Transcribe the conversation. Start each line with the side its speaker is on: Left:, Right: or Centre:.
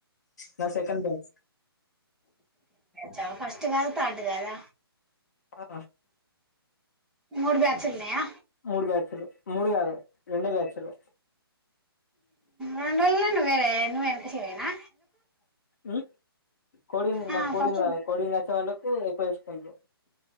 Left: నాది సెకండ్ బ్యాచ్
Centre: చ ఫస్ట్ కాదా థర్డ్ కాదా
Left: ఆ
Centre: మూడ్ బ్యాచులున్నాయా
Left: మూడు బ్యాచ్లు మూడు కాదు రెండే బ్యాచ్లు
Centre: రెండేళ్ళ నువ్వే నువ్వ క చేరేనా
Left: ఊ కోడింగ్
Centre: ఆ
Left: మా కోడింగ్
Centre: ఫస్ట్
Left: రాదు కోడింగ్ వచ్చే వాళ్ళ ఉ ఉపయోగుంచుకుంటు